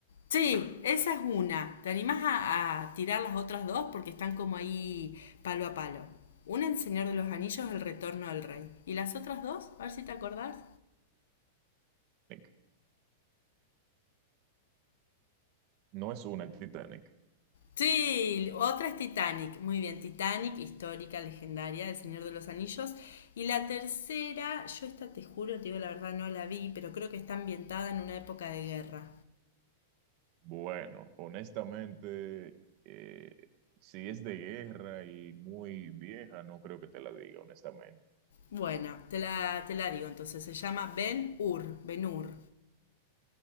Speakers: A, on the left; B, on the right.
A: Sí, esa es una. ¿Te animás a, a tirar las otras dos? Porque están como ahí palo a palo. Una en Señor de los Anillos, El Retorno del Rey. ¿Y las otras dos? A ver si te acordás.
B: Nick, no es una el Titanic.
A: Sí, otra es Titanic. Muy bien, Titanic, histórica, legendaria, El Señor de los Anillos. Y la tercera, yo esta te juro, te digo la verdad, no la vi, pero creo que está ambientada en una época de guerra.
B: Bueno, honestamente, eh, si es de guerra y muy vieja, no creo que te la diga, honestamente,
A: Bueno, te la, te la digo entonces. Se llama Ben Hur. Ben Hur.